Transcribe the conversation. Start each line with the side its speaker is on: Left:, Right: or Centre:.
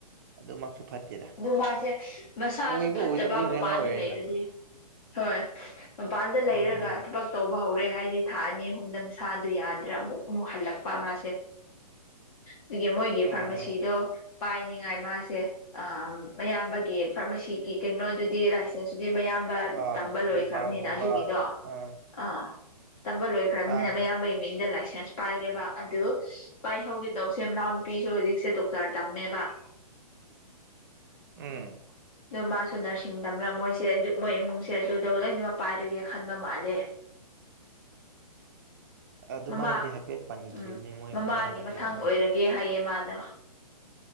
Right: ꯑꯗꯨꯃꯛꯁꯨ ꯐꯠꯇꯦꯗ
Left: ꯑꯗꯨ ꯃꯥꯁꯦ ꯃꯁꯥꯁꯨ
Right: ꯑꯣꯏꯕ
Left: ꯐꯠꯇꯕ
Right: ꯑꯣꯏꯗꯕꯗꯨꯅꯦ
Left: ꯃꯄꯥꯟꯗ
Right: ꯑꯃ ꯑꯣꯏꯔꯦꯅ
Left: ꯂꯩꯔꯗꯤ ꯍꯣꯏ ꯃꯄꯥꯟꯗ
Right: ꯎꯝ
Left: ꯂꯩꯔꯒ
Right: ꯎꯝ
Left: ꯊꯕꯛ ꯇꯧꯕ ꯍꯧꯔꯦ ꯍꯥꯏꯗꯤ ꯊꯥ ꯑꯅꯤ ꯑꯍꯨꯝꯗ ꯃꯁꯥꯗꯨ ꯌꯥꯗ꯭ꯔ ꯑꯃꯨꯛ ꯑꯃꯨꯛ ꯍꯜꯂꯛꯄ ꯃꯥꯁꯦ ꯑꯗꯨꯒꯤ ꯃꯣꯏꯒꯤ
Right: ꯎꯝ
Left: ꯐꯥꯔꯃꯥꯁꯤꯗꯣ
Right: ꯎꯝ
Left: ꯄꯥꯏꯅꯤꯉꯥꯏ ꯃꯥꯁꯦ ꯑꯥ ꯃꯌꯥꯝꯕꯒꯤ ꯐꯥꯔꯃꯥꯁꯤ ꯒꯤ ꯀꯩꯅꯣꯗꯨꯗꯤ ꯂꯥꯏꯁꯦꯟꯁꯇꯨꯗꯤ ꯃꯌꯥꯝꯕ
Right: ꯑꯥ
Left: ꯇꯝꯕ ꯂꯣꯏꯈ꯭ꯔꯕꯅꯤꯅ
Right: ꯕꯤꯐꯥꯝꯒꯨꯝꯕ
Left: ꯑꯗꯨꯒꯤꯗꯣ
Right: ꯑꯥ
Left: ꯑꯥ ꯇꯝꯕ ꯂꯣꯏꯈ꯭ꯔꯕꯅꯤꯅ
Right: ꯑꯥ
Left: ꯃꯌꯥꯝꯕꯒꯤ ꯃꯤꯡꯗ ꯂꯥꯏꯁꯦꯟꯁ ꯁꯦꯟꯁ ꯄꯥꯏꯔꯦꯕ ꯑꯗꯨ ꯄꯥꯏꯍꯧꯈꯤꯗꯧꯁꯦ ꯃꯅꯥꯎ ꯅꯨꯄꯤꯁꯨ ꯍꯧꯖꯤꯛꯁꯦ ꯗꯣꯛꯇꯔ ꯇꯝꯃꯦꯕ <inaudible>
Right: ꯎꯝ
Left: ꯑꯗꯣ ꯃꯥꯁꯨ ꯅꯔꯁꯤꯡ ꯇꯝꯔꯥ ꯃꯣꯏꯁꯦ ꯃꯣꯏ ꯏꯃꯨꯡꯁꯦ ꯑꯗꯨꯗ ꯂꯣꯏꯅꯃꯛ ꯄꯥꯏꯔꯒꯦ ꯈꯟꯕ ꯃꯥꯜꯂꯦ <inaudible>
Right: ꯑꯗꯨꯃꯥꯏꯅꯗꯤ
Left: ꯃꯃꯥ
Right: ꯍꯥꯏꯐꯦꯠ ꯄꯟꯈꯤꯕꯅꯦ
Left: ꯎꯝ
Right: ꯃꯣꯏ
Left: ꯃꯃꯥꯒꯤ
Right: ꯃꯌꯥꯝꯕꯅ
Left: ꯃꯊꯪ ꯑꯣꯏꯔꯒꯦ
Right: ꯎꯝ
Left: ꯍꯥꯏꯌꯦ ꯃꯥ ꯗ